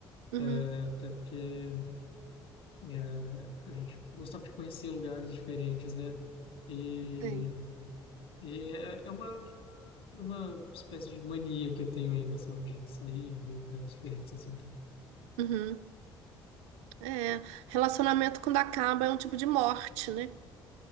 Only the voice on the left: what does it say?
né? até porque é, a gente gostava de conhecer lugares diferentes, né? E,
e é, é uma uma espécie de mania que eu tenho ainda, sabe, de sair e ver lugares diferentes, assim.